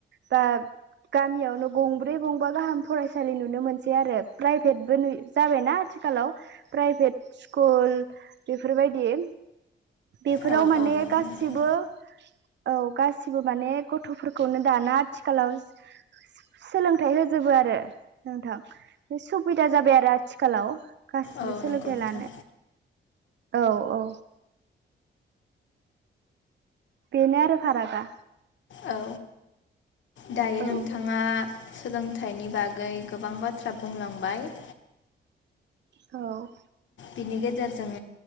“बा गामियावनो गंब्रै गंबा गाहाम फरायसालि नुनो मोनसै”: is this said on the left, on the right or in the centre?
Right